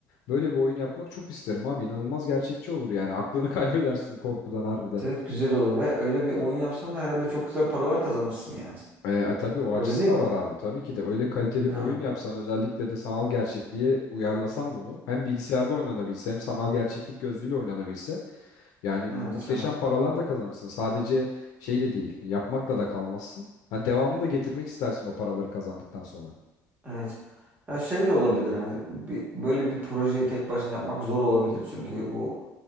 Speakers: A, on the left; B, on the right.
A: böyle bir oyun yapmak çok isterim abi inanılmaz gerçekçi olur yani aklını <laughs> kaybedersin korkudan harbiden.
B: Evet güzel olur ve öyle bir oyun yapsan da herhalde çok güzel paralar kazanırsın yani.
A: E, e, tabii o
B: Öyle
A: açısı
B: değil
A: da
B: mi?
A: var abi. Tabii ki de öyle kaliteli
B: Yani
A: bir oyun yapsan özellikle de sanal gerçekliğe uyarlasan bunu hem bilgisayarda oynanabilse hem sanal gerçeklik gözlüğüyle oynanabilse yani
B: evet
A: muhteşem
B: ya.
A: paralar da kazanırsın. Sadece şey de değil yapmakla da kalmazsın. Ha, devamını da getirmek istersin o paraları kazandıktan sonra.
B: Evet. Ya şey de olabilir hani bir, böyle bir projeyi tek başına yapmak zor olabilir çünkü bu